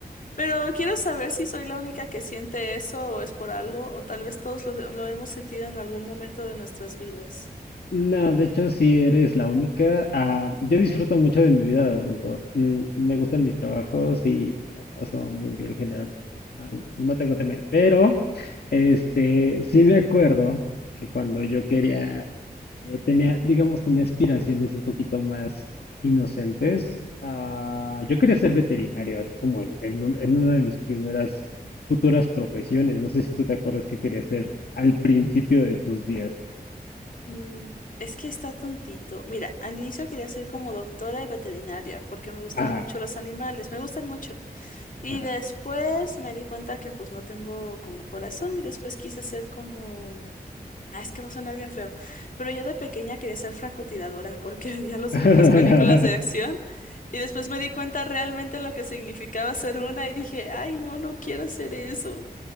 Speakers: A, on the left (about 55°); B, on the left (about 75°).
A: Pero quiero saber si soy la única que siente eso o es por algo, o tal vez todos lo, lo hemos sentido en algún momento de nuestras vidas.
B: No, de hecho, sí eres la única. Ah, yo disfruto mucho de mi vida de adulto. Mm, me gustan mis trabajos y la paso muy bien generalmente. Ah, no tengo tema ahí. Pero, este, sí me acuerdo que cuando yo quería, eh, tenía, digamos, tenía aspiraciones un poquito más inocentes. Ah, yo quería ser veterinario, así como en, en un- en una de mis primeras futuras profesiones. No sé si tú te acuerdas que quería ser al principio de tus días.
A: Mm, Es que está tontito. Mira, al inicio quería ser como doctora de veterinaria porque me gustaban
B: Ajá,
A: mucho los animales, me gustan mucho. Y
B: ajá.
A: después me di cuenta que pues no tengo como corazón y después quise ser como Ah, es que va a sonar bien feo. Pero yo de pequeña quería ser francotiradora porque <laughs> veía
B: <laughs>
A: los,
B: Qué
A: vi- las películas de acción y después me di cuenta realmente lo que significaba ser una y dije, ay, no, no quiero hacer eso.